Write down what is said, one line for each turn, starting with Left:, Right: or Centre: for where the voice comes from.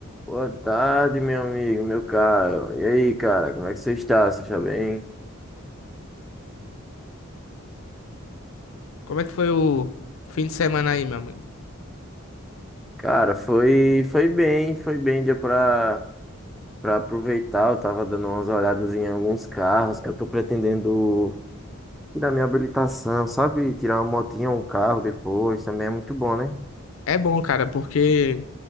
Centre: Boa tarde, meu amigo, meu caro. E aí, cara, como é que você está? Você está bem?
Left: Como é que foi o fim de semana aí, meu amigo?
Centre: Cara, foi, foi bem, foi bem, dia pra, pra aproveitar. Eu tava dando umas olhadas em alguns carros. Eu tô pretendendo tirar minha habilitação, sabe? Tirar uma motinha ou um carro depois, também é muito bom, né?
Left: É bom, cara, porque